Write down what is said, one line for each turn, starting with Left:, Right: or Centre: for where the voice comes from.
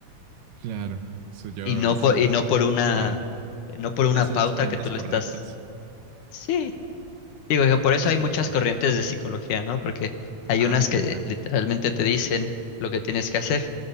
Right: Claro, soy yo,
Left: Y no
Right: eso,
Left: por, y no por una,
Right: claro.
Left: no por una
Right: Le hace
Left: pauta
Right: las preguntas
Left: que tú le
Right: correctas.
Left: estás. Sí. Digo que por eso
Right: Sí,
Left: hay muchas
Right: no sé.
Left: corrientes de psicología, ¿no? Porque hay
Right: Ah,
Left: unas
Right: claro,
Left: que
Right: el
Left: literalmente te dicen lo que tienes que hacer